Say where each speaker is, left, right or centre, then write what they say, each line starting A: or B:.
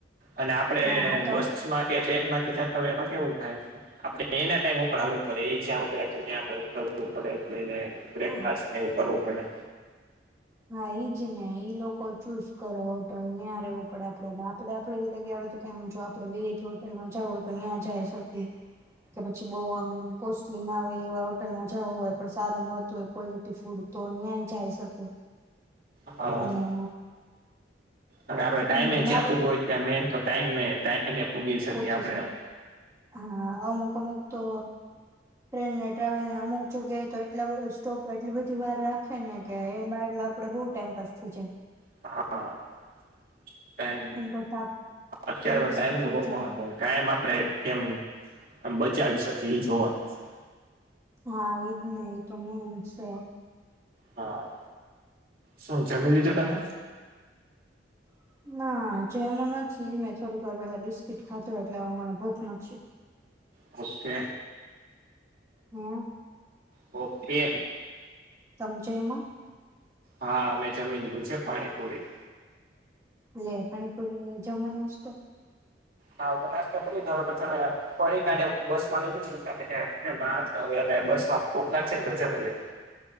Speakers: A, on the right; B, on the right.
A: અને આપણે
B: હા આ તો
A: બસ માં કે ટ્રેનમાં કે જતા હોય એમાં કેવું થાય આપડે એના ટાઈમ ઉપર હાલવું પડે એ જ્યા ઊભી રાખે ત્યાં રોકવું પડે <unintelligible> બ્રેકફાસ્ટ
B: હા
A: ને એવું કરવું પડે.
B: હા ઈજ ને ઈ લોકો ચૂઝ કરો હોટલ ન્યાં રહેવું પડે આપડેમાં આપડે આપડી રીતે ગયા હોય તો કે જો આપડે વિઆઇપિ હોટેલમાં જવુ હોય તો ત્યાં જાય શકિએ. કે પછી બઉ આમ કોસ્ટલી ના આવે એવા હોટલમાં જવું હોય પણ સારું મળતું હોય ક્વોલિટી ફૂડ તો ન્યાય જઈ શકે.
A: હા.
B: અને
A: અને આપડે ટાઈમે
B: એમ તો મારું
A: જ્યાં પૂગવુ હોય ત્યાં મેન તો ટાઈમે ટાઈમે પૂગી શકીએ
B: પોચી
A: આપણે.
B: શક હા અમુક અમુક તો ટ્રેનને ટ્રાવેલ ને અમુક જગ્યાએ તો એટલા સ્ટોપ એટલી બધી વાર રાખે ને કે એમાં એટલા આપડે બહુ ટાઈમ પાસ થય જાય.
A: <inaudible> ટાઈમ
B: એમ કરતા
A: અત્યારે
B: વેસ્ટ
A: તો ટાઈમ નુ
B: થઈ
A: બહું
B: જાય
A: ટાઈમ આપડે કેમ આમ બચાવી શકે એ જોવા મળ છે.
B: હા એ જ નને એ તોમેન છે
A: હા શું જમી લીધું તમે
B: હ ના જે એમ નથી મેં થોડી વાર પેલા બિસ્કીટ ખાધું એટલે હ મને ભૂખ નથી
A: ઓકે
B: હમ
A: ઓકે
B: તમચેમાં
A: હા અમે જમી લીધું છે પાણીપુરી
B: લે પાણી પૂર જમની આવ
A: હા બનાશ તો થ પછા ફ હું બસ માં લઈ લ તો બસમાં મોકલા છે ને તો જમે લે